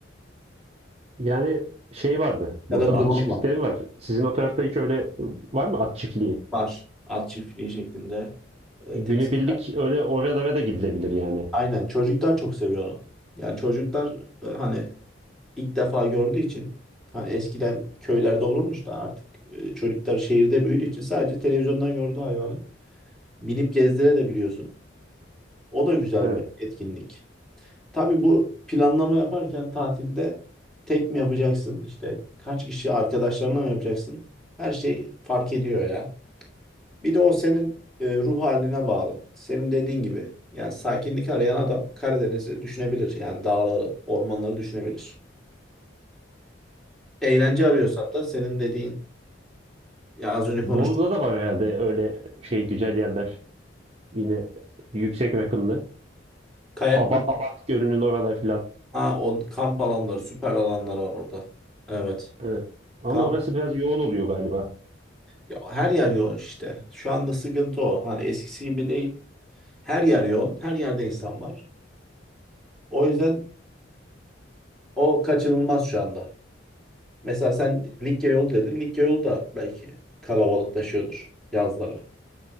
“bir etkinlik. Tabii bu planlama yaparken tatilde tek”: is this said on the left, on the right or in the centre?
Centre